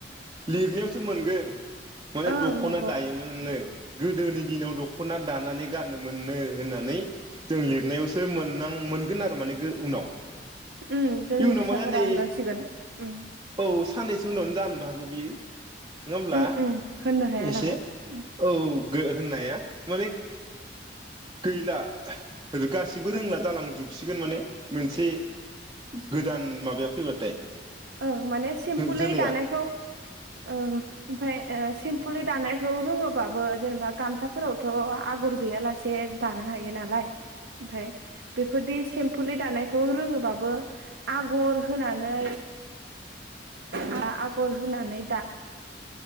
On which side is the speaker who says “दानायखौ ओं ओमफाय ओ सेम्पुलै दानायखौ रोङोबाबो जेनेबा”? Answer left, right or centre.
Right